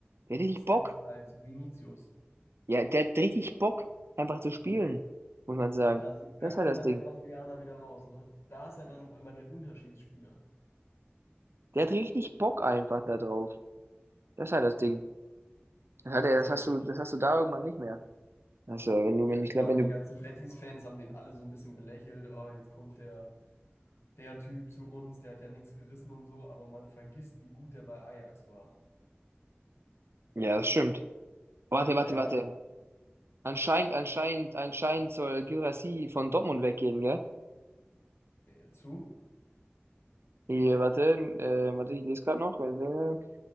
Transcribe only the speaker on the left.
Stats
als Vinicius.
Ja.
Und da, sie- da
kommt
dann
der Brasilianer wieder raus, ne? Da ist er dann auf einmal der Unterschiedsspieler.
Ja.
Ja,
Und ich
glaube,
die
ganzen Betis-Fans haben den alle so ein bisschen belächelt. Oh, jetzt kommt der, der Typ zu uns, der hat ja nichts gerissen und so, aber man vergisst, wie gut der bei Ajax war.
Der
hat
Äh, Zu?